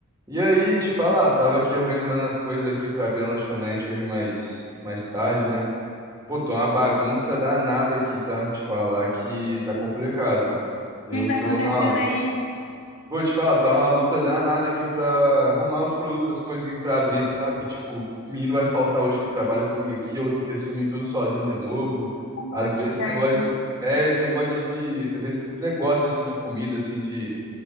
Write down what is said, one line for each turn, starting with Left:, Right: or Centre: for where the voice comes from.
Right: E aí, te falar, tava aqui organizando as coisas aqui pra abrir a lanchonete hoje mais, mais tarde, né? Pô, tô uma bagunça danada aqui, tá? Te falar que tá complicado.
Left: O
Right: Eu
Left: que que tá
Right: tô
Left: acontecendo
Right: na.
Left: aí?
Right: Pô, te falar, tá uma luta danada aqui pra arrumar os produtos, as coisas aqui pra abrir, sabe? Tipo, menino vai faltar hoje que trabalha comigo aqui, eu vou ter que assumir tudo sozinho de novo. Às
Left: Putz,
Right: vezes esse
Left: aí.
Right: negócio. É, esse negócio de. de- Às vezes esse negócio, assim, de comida, assim, de